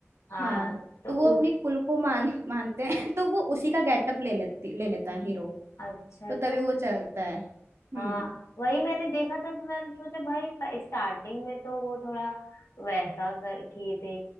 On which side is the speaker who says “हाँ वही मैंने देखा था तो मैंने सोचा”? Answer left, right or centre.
Left